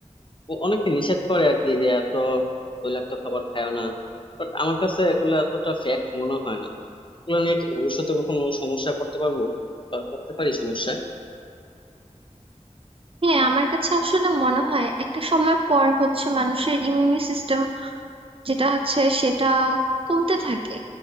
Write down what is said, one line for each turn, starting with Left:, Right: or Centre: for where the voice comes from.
Left: ও অনেকে নিষেধ করে আর কি যে এত তৈলাক্ত খাবার খায় না বাট আমার কাছে এগুলা এতটা ফ্যাক্ট মনে হয় না এগুলো নিয়ে কি ভবিষ্যতে কখনো সমস্যায় পড়তে পারবো আর পড়তে পারি সমস্যায়
Right: হ্যাঁ আমার কাছে আসলে মনে হয় একটা সময় পর হচ্ছে মানুষের ইমিউনি সিস্টেম যেটা হচ্ছে সেটা কমতে থাকে